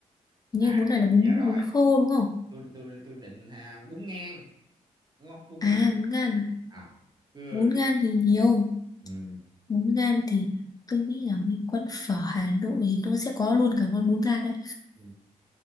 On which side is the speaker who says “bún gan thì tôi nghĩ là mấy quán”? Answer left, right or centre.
Left